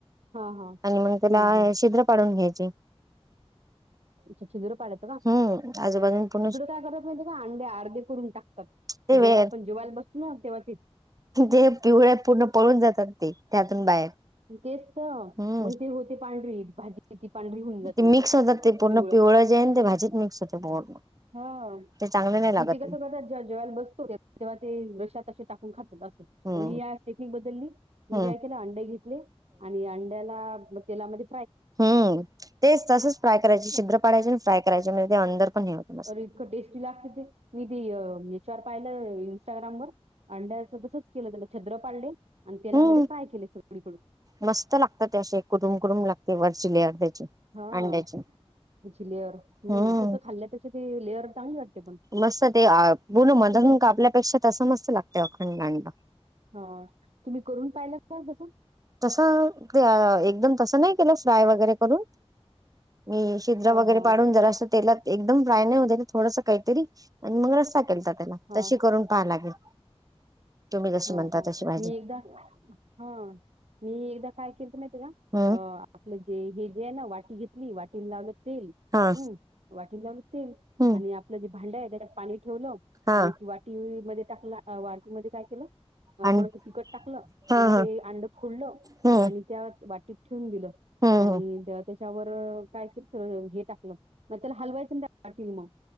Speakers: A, on the right; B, on the right.
A: हां हां
B: आणि मग त्याला
A: हं हं
B: छिद्र पाडून घ्यायचे.
A: अच्छा, छिद्र पाडायचं का?
B: हम्म आजूबाजून पूर्ण
A: इकडं काय करतात माहिती का? अंडे अर्धे करून टाकतात.
B: ते वे
A: जेव्हा आपण जेवायला बसतो ना, तेव्हा ते
B: ते पिवळ्या पूर्ण पळून जातात ते, त्यातून बाहेर.
A: तेच त,
B: हम्म
A: मग ते होते पांढरी भाजी. ती पांढरी होऊन जाते
B: ते मिक्स
A: मग
B: होतात ते पूर्ण.
A: पिवळट.
B: पिवळं जे आहे ना ते भाजीत मिक्स होते पूर्ण.
A: हां,
B: ते चांगले नाही लागत
A: ते कसं करतात? जेव्हा जेवायला बसतो, तेव्हा ते रश्शात असे टाकून खातात.
B: हम्म
A: मी याची टेक्निक बदलली. मी
B: हम्म
A: काय केलं, अंड घेतले आणि अंड्याला आपलं तेला मध्ये
B: हं, तेच तसंच फ्राय करायचे, छिद्र पाडायचे आणि फ्राय करायचे. म्हणजे ते अंदर पण हे होत मस्त.
A: अरे इतकं टेस्टी लागते ते. मी ते हे याच्यावर पाहिलं, इन्स्टाग्रामवर. अंड्याचं तसंच केलं. त्याला छिद्र पाडले, आणि तेलामध्ये
B: हं,
A: फ्राय केले सगळीकडून
B: मस्त लागतं ते असे, कुरुम कुरुम लागते वरची लेअर त्याची
A: ह,
B: अंड्याची
A: त्याची लेअर. हं,
B: हम्म
A: तसं खाल्ल्यापेक्षा ती लेअर चांगली वाटते. पण
B: मस्त ते. आ बोलू मधन
A: तसं
B: कापल्यापेक्षा तसं मस्त लागतं अखंड अंडं.
A: हा, तुम्ही करून पाहिलातं का तसं?
B: तसं ते एकदम तसं नाही केलं, फ्राय वगैरे करून. मी छिद्र
A: हा
B: वगैरे
A: हा
B: पाडून, जरासं तेलात एकदम फ्राय नाही होतं ते थोडसं काहीतरी आणि मग रस्सा केलता त्याला,
A: हा
B: तशी करून पहाय लागेल. तुम्ही जशी
A: हं
B: म्हणता
A: हं.
B: तशी भाजी.
A: मी एकदा हं, मी एकदा काय केलतं माहिती ल्या.
B: हम्म
A: अ आपलं जे हे जे आहे ना, वाटी घेतली वाटीला लावलं तेल,
B: हा
A: हं. वाटीला लावलं तेल
B: हम्म
A: आणि आपलं जे भांडं आहे त्याच्यात पाणी ठेवलं
B: हा
A: आणि ती वाटी मध्ये टाकला, वाटी मध्ये काय केलं? अ
B: आणि
A: थोडसं तिखट टाकलं
B: हा
A: आणि
B: हा
A: ते अंड फोडलं
B: हम्म.
A: आणि त्या वाटीत ठेवून दिलं,
B: हम्म
A: आणि
B: हम्म
A: त त्याच्या त्यावर काय केलं हे टाकलं, मग त्याला हलवायचं नाही. ते वाटील मग